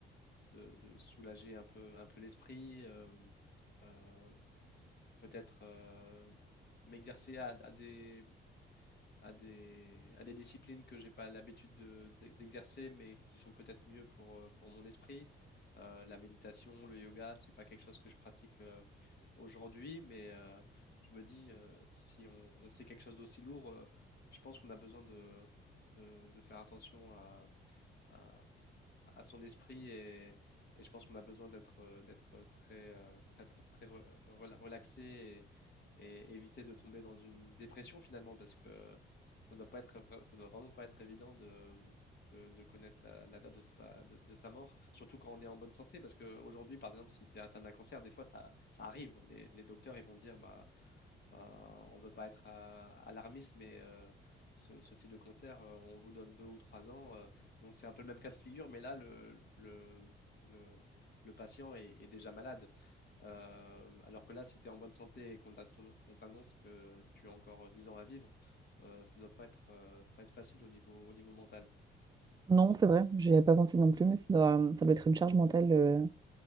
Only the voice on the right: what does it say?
Non, c'est vrai, j'y avais pas pensé non plus, mais ça doit, ça doit être une charge mentale euh,